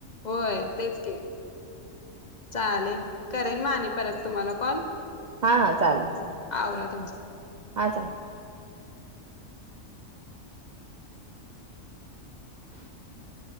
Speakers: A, on the left (about 40°); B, on the right (about 55°).
A: होय तेच की चालेल करेन मा आणि परत तुम्हाला कॉल.
B: हा हा चालेल
A: ह
B: चालेल
A: आवरा तुमच.
B: हा चालेल. <unintelligible>